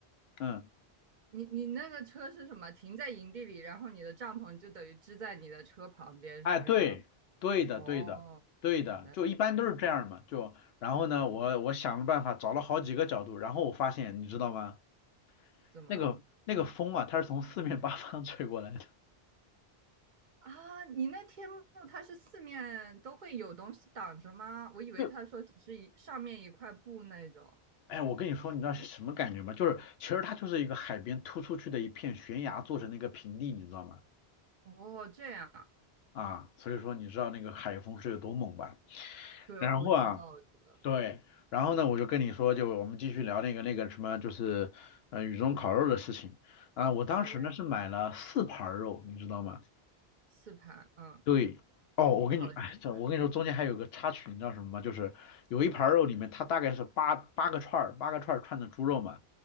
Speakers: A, on the left (about 70°); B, on the right (about 55°).
A: 嗯。
B: 你你那个车是什么？停在营地里，然后你的帐篷就等于支在你的车旁边，
A: 哎，
B: 是这样吗
A: 对，对的，
B: 哦，
A: 对的，对的，
B: 原来如此，
A: 就一般都是这样嘛。就然后呢，我我想了办法，找了好几个角度，然后我发现，你知道吗？
B: 怎么
A: 那个那个风啊，它是从四面八方 <laughs> 吹过来的。
B: 啊？你那天幕它是四面都会有东西挡着吗？我以为他说只是一上面一块布那种。
A: 就哎，我跟你说，你知道是什么感觉吗？就是其实它就是一个海边突出去的一片悬崖做成的一个平地，你知道吗？
B: 哦，这样，啊，
A: 啊，所以说你知道那个海风是有多猛吧？
B: 对，
A: 然后啊。
B: 我知道，我知道。
A: 对，然后呢，我就跟你说，就我们继续聊那个那个什么，就是呃雨中烤肉的事情啊、我当时呢是买了四盘儿肉，
B: 好嘞，
A: 你知道吗？
B: 四盘，嗯，
A: 对，哦，我跟你，
B: 你考了几盘？
A: 哎，这我跟你说，中间还有个插曲，你知道什么吗？就是有一盘儿肉里面，
B: 啥？
A: 它大概是八八个串儿，八个串儿串的猪肉嘛。